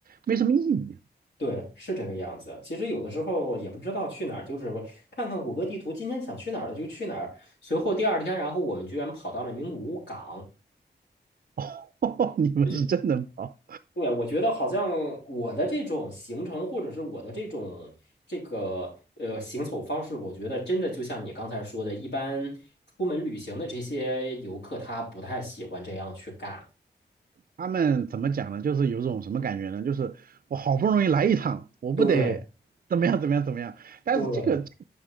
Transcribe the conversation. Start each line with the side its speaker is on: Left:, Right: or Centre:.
Right: 没什么意义。
Left: 对，是这个样子。其实有的时候也不知道去哪儿，就是看看谷歌地图，今天想去哪儿了就去哪儿。随后第二天，然后我们居然跑到了名古屋港。
Right: <laughs> 哦你们是真能跑。
Left: 我觉，对，我觉得好像我的这种行程或者是我的这种这个呃行走方式，我觉得真的就像你刚才说的，一般出门旅行的这些游客他不太喜欢这样去干。
Right: 他们怎么讲呢？就是有种什么感觉呢？就是我好不容易来一趟，我不得怎么样怎么样怎么样。
Left: 对
Right: 但是这个
Left: 对，